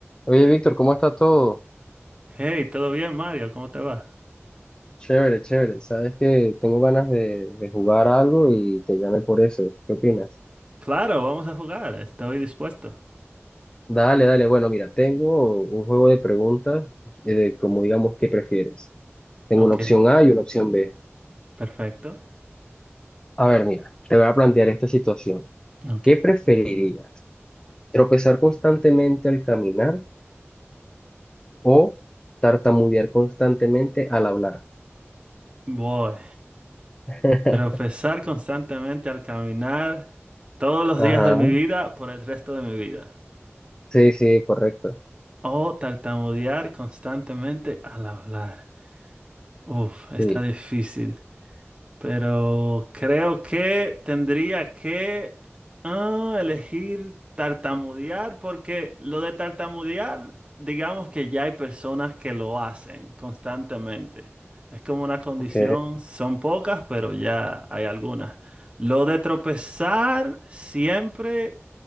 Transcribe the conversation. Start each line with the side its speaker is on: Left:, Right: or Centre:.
Left: Oye, Víctor, ¿cómo está todo?
Right: Hey, ¿todo bien, Mario? ¿Cómo te va?
Left: Chévere, chévere. Sabes que tengo ganas de, de jugar algo y te llamé por eso. ¿Qué opinas?
Right: Claro, vamos a jugar. Estoy dispuesto.
Left: Dale, dale. Bueno, mira, tengo un juego de preguntas eh, de como digamos, ¿qué prefieres? Tengo
Right: Ok,
Left: una opción A y una opción B.
Right: perfecto.
Left: A ver, mira, te voy a plantear esta situación.
Right: Ok.
Left: ¿Qué preferirías? ¿Tropezar constantemente al caminar o tartamudear constantemente al hablar?
Right: Voy.
Left: <laughs>
Right: Tropezar constantemente al caminar todos los días
Left: Ajá.
Right: de mi vida por el resto de mi vida.
Left: Sí, sí, correcto.
Right: O tartamudear constantemente al hablar. Uf, está
Left: Sí.
Right: difícil. Pero creo que tendría que ah, elegir tartamudear, porque lo de tartamudear, digamos que ya hay personas que lo hacen constantemente. Es como una condición,
Left: Ok.
Right: son pocas, pero ya hay algunas. Lo de tropezar siempre,